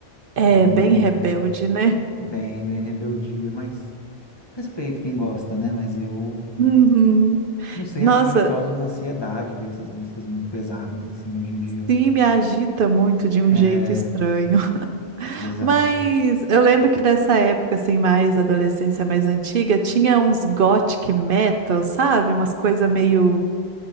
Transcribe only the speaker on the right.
É
bem
rebelde, né?
Uhum.
Nossa,
sim, me agita muito de um
jeito estranho. <laughs>
Mas eu lembro que dessa época, assim, mais adolescência mais antiga, tinha uns gothic metal, sabe? Umas coisas meio.